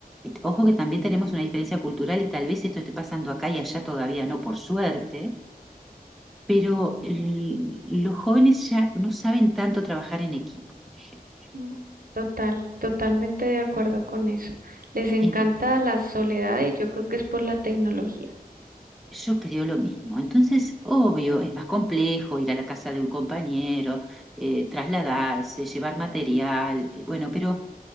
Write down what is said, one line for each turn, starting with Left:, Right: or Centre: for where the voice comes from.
Centre: ojo que también tenemos una diferencia cultural y tal vez esto esté pasando acá y allá todavía no, por suerte, pero el- los jóvenes ya no saben tanto trabajar en equipo, por ejemplo.
Right: Mm, Total, totalmente de acuerdo con eso. Les encanta
Centre: Eh,
Right: la soledad y yo creo que es por la tecnología.
Centre: Yo creo lo mismo. Entonces, obvio, es más complejo ir a la casa de un compañero, eh, trasladarse, llevar material, eh, bueno, pero,